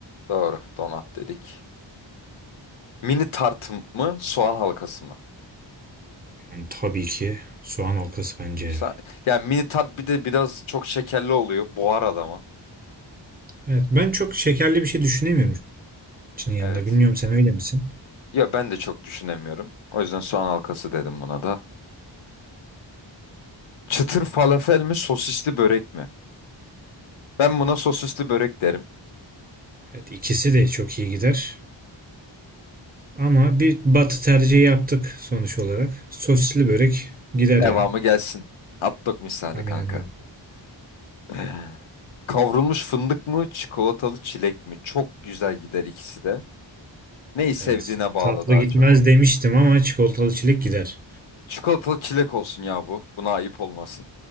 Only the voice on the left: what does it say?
Doğru. Donat dedik. Mini tart mı? Soğan halkası mı?
Sa- Yani mini tart bir de biraz çok şekerli oluyor. Boğar adamı.
Evet.
Ya ben de çok düşünemiyorum. O yüzden soğan halkası dedim buna da. Çıtır falafel mi sosisli börek mi? Ben buna sosisli börek derim.
Devamı
gelsin. Hot dog misali
kanka.
<laughs> Kavrulmuş fındık mı, çikolatalı çilek mi? Çok güzel gider ikisi de. Neyi sevdiğine
bağlı
daha
çok.
Çikolatalı çilek olsun ya bu. Buna ayıp olmasın.